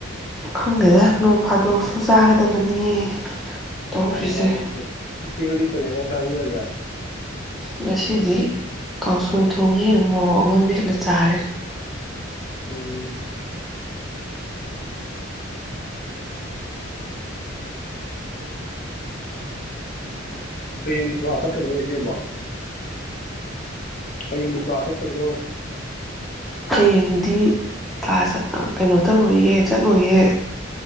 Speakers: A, in the centre; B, on the left.
A: ꯈꯪꯗꯦꯗ ꯅꯣꯡ ꯐꯥꯗꯣꯛꯁꯨ ꯆꯥꯒꯗꯕꯅꯤ ꯇꯧꯔꯤꯁꯦ
B: ꯃꯥꯅꯤ ꯃꯥꯅꯤꯆ ꯏꯁꯁꯤ ꯍꯣꯏꯀꯛꯇꯅꯦꯅ ꯆꯥꯕꯤ ꯍꯥꯏꯒꯦ
A: ꯉꯁꯤꯗꯤ ꯀꯥꯡꯁꯣꯏ ꯊꯣꯡꯉꯦ ꯃꯣꯔꯣꯛ ꯑꯃ ꯃꯦꯠꯂ ꯆꯥꯔꯦ
B: ꯎꯝ ꯍꯌꯦꯡꯗꯨ ꯀ ꯁꯛꯀꯗꯧꯣꯔꯤꯁꯦꯕꯣ ꯍꯌꯦꯡ ꯕꯕꯥ ꯆꯠꯀꯗ꯭ꯔꯣ
A: ꯍꯌꯦꯡꯗꯤ ꯀ꯭ꯂꯥꯁ ꯀꯩꯅꯣ ꯇꯧꯔꯣꯏꯌꯦ ꯆꯠꯂꯣꯏꯌꯦ